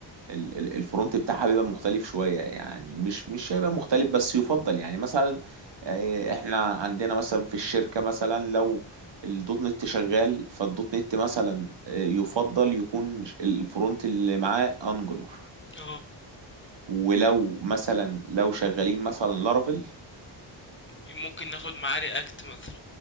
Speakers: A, on the right; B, on the left.
A: ال- ال- الفرونت بتاعها بيبقى مختلف شوية يعني مش مش هيبقى مختلف بس يفضل يعني مثلا آه، احنا عندنا مثلا في الشركة مثلا لو الدوت نت شغال فالدوت نت مثلا آه، يفضل يكون الفرونت اللي معاه انجولار
B: اه
A: ولو مثلا لو شغالين مثلا لارافيل
B: ممكن ناخد معاه رياكت مثلا